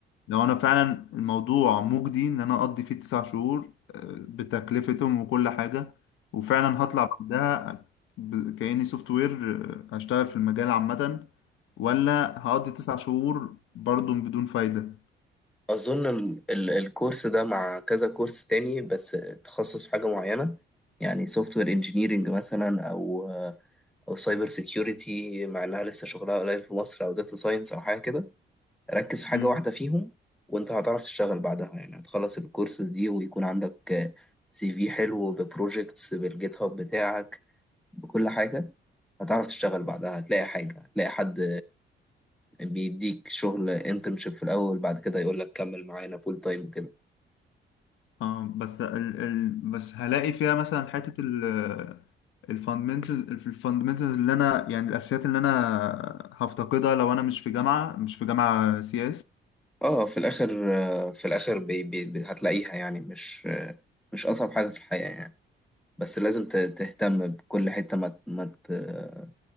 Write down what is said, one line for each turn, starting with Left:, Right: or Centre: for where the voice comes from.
Left: لو انا فعلا الموضوع مجدي ان انا اقضي فيه تسع شهور آه، بتكلفتهم وكل حاجة وفعلا هطلع بعدها ب- كأني سوفت وير آه، هشتغل في المجال عامة ولا هقضي تسع شهور برضو بدون فايدة
Centre: أظن ال- ال- الكورس ده مع كذا كورس تاني بس تخصص في حاجة معينة يعني سوفت وير انجينيرنج مثلا أو أو سايبر سيكيورتي مع إنها لسه شغلها قليل في مصر أو داتا ساينس أو حاجة كده ركز في حاجة
Left: مم.
Centre: واحدة فيهم وأنت هتعرف تشتغل بعدها يعني هتخلص الكورس دي ويكون عندك سي في حلو ببروجيكتس بالجيت هاب بتاعك بكل حاجة هتعرف تشتغل بعدها هتلاقي حاجة هتلاقي حد بيديك شغل انترنشيب في الأول بعد كده يقول لك كمل معانا فول تايم وكده
Left: اه بس ال ال بس هلاقي فيها مثلا حتة ال الفاندمنتالز الفاندمنتالز اللي انا يعني الاساسيات اللي انا هفتقدها لو انا مش في جامعة مش في جامعة سي
Centre: اه في الاخر آه، في الاخر بي بي بي- هتلاقيها يعني مش آه، مش اصعب حاجه في الحياه يعني بس لازم ت- تهتم بكل حته ما ت- ما ت-